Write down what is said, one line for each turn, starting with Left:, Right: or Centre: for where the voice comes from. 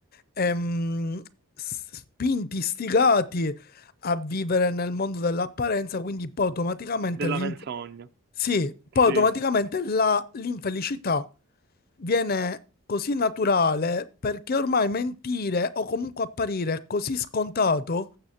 Left: ehm, s- spinti, stigati a vivere nel mondo dell'apparenza, quindi poi automaticamente
Right: Della
Left: l'in-
Right: menzogna.
Left: sì, poi
Right: Sì.
Left: automaticamente la- l'infelicità viene così naturale perché ormai mentire o comunque apparire è così scontato